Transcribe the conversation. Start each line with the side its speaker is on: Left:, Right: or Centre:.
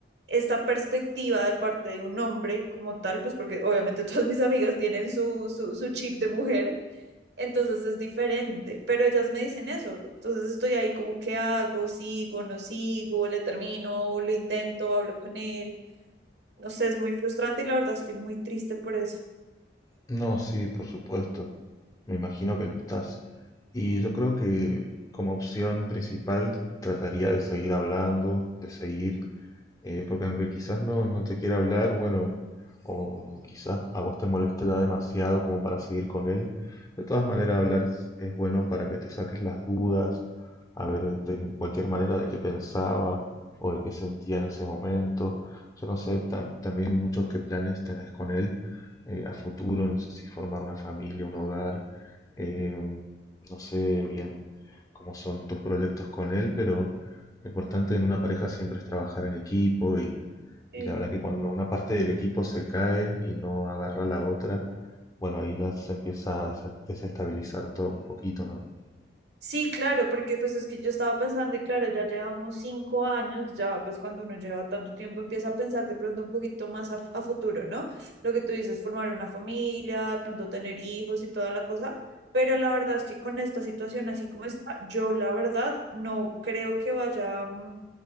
Right: esta perspectiva de parte de un hombre como tal, pues porque obviamente <laughs> todas mis amigas tienen su, su, su chip de mujer, entonces es diferente, pero ellas me dicen eso, entonces estoy ahí como, ¿qué hago? ¿Sigo? ¿No sigo? ¿Le termino? ¿Lo intento? ¿Hablo con él? No sé, es muy frustrante y la verdad estoy muy triste por eso.
Left: No, sí, por supuesto. Me imagino que lo estás. Y yo creo que como opción principal trataría de seguir hablando, de seguir Eh, porque aunque quizás no, no te quiera hablar, bueno, o quizás a vos te moleste demasiado como para seguir con él, de todas maneras hablar es bueno para que te saques las dudas, a ver de en cualquier manera de qué pensaba o de qué sentía en ese momento. Yo no sé tam- también muchos qué planes tenés con él eh, a futuro, no sé si formar una familia, un hogar, eh, no sé bien cómo son tus proyectos con él, pero lo importante en una pareja siempre es trabajar en equipo y,
Right: Sí.
Left: y la verdad que cuando una parte del equipo se cae y no agarra la otra, bueno, ahí ya se empieza a desa- desestabilizar todo un poquito, ¿no?
Right: Sí, claro, porque pues es que yo estaba pensando y claro, ya llevamos cinco años, ya pues cuando uno lleva tanto tiempo empieza a pensar de pronto un poquito más a, a futuro, ¿no? Lo que tú dices, formar una familia, de pronto tener hijos y toda la cosa, pero la verdad es que con esta situación así como está, yo la verdad no creo que vaya, mm,